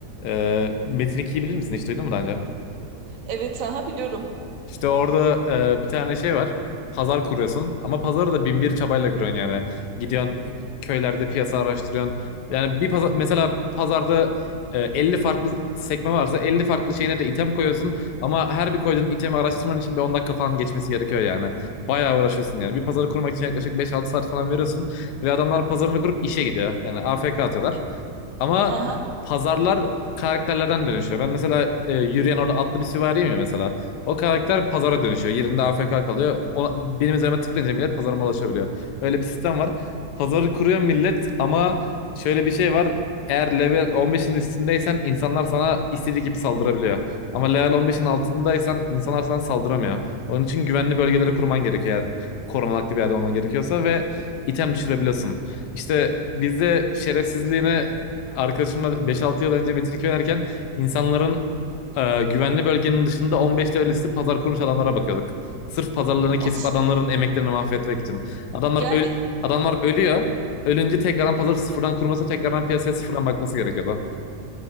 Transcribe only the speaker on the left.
Ee, Metin 2'yi bilir misin? Hiç duydun mu daha önce?
İşte orada e, bir tane şey var. Pazar kuruyorsun ama pazarı da bin bir çabayla kuruyorsun yani. Gidiyorsun köylerde piyasa araştırıyorsun. Yani bir pazar, mesela pazarda e, 50 farklı sekme varsa 50 farklı şeyine de item koyuyorsun. Ama her bir koyduğun itemi araştırman için bir 10 dakika falan geçmesi gerekiyor yani. Bayağı uğraşıyorsun yani. Bir pazarı kurmak için yaklaşık beş altı saat falan veriyorsun. Ve adamlar pazarını kurup işe gidiyor. Yani AFK atıyorlar. Ama
pazarlar karakterlerden dönüşüyor. Ben mesela e, yürüyen orada atlı bir süvariyim ya mesela. O karakter pazara dönüşüyor. Yerinde AFK kalıyor. O, benim üzerime tıklayınca millet pazarıma ulaşabiliyor. Öyle bir sistem var. Pazarı kuruyor millet ama şöyle bir şey var. Eğer level 15'in üstündeysen insanlar sana istediği gibi saldırabiliyor. Ama level 15'in altındaysan insanlar sana saldıramıyor. Onun için güvenli bölgelere kurman gerekiyor eğer korunaklı bir yerde olman gerekiyorsa ve item düşürebiliyorsun. İşte bizde şerefsizliğine arkadaşımla beş altı yıl önce Metin iki oynarken insanların e, güvenli bölgenin dışında 15 lirası pazar kurmuş adamlara bakıyorduk. Sırf pazarlarını kesip
adamların emeklerini mahvetmek için. Adamlar
öl adamlar ölüyor. Ölünce tekrardan pazar sıfırdan kurması, tekrardan piyasaya sıfırdan bakması gerekiyordu.